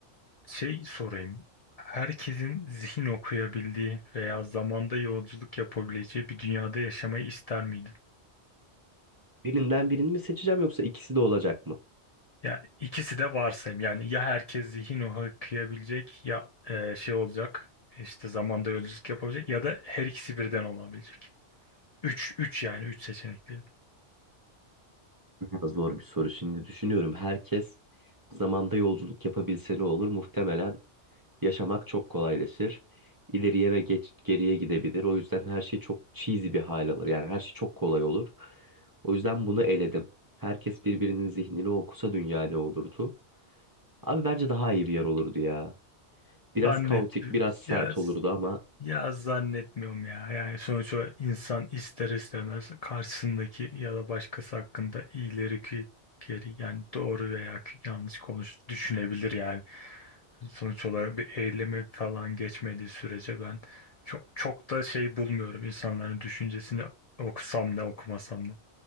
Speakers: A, on the left; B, on the right.
A: Şey sorayım. Herkesin zihin okuyabildiği veya zamanda yolculuk yapabileceği bir dünyada yaşamayı ister miydin?
B: Birinden birini mi seçeceğim yoksa ikisi de olacak mı?
A: Ya ikisi de varsayım. Yani ya herkes zihin okuyabilecek ya e, şey olacak. işte zamanda yolculuk yapabilecek ya da her ikisi birden olabilecek. Üç, üç yani üç seçenekli.
B: Biraz Zor bir soru. Şimdi düşünüyorum. Herkes zamanda yolculuk yapabilse ne olur? Muhtemelen yaşamak çok kolaylaşır. İleriye ve geç, geriye gidebilir. O yüzden her şey çok cheesy bir hal alır. Yani her şey çok kolay olur. O yüzden bunu eledim. Herkes birbirinin zihnini okusa dünya ne olurdu? Abi bence daha iyi bir yer olurdu ya. Biraz
A: Zannet.
B: kaotik, biraz sert
A: Ya
B: olurdu ama
A: Ya zannetmiyorum ya. Yani sonuçta insan ister istemez karşısındaki ya da başkası hakkında iyileri ki geri yani doğru veya ki yanlış konuş düşünebilir yani. Sonuç olarak bir eyleme falan geçmediği sürece ben çok çok da şey bulmuyorum insanların düşüncesini okusam ne okumasam ne.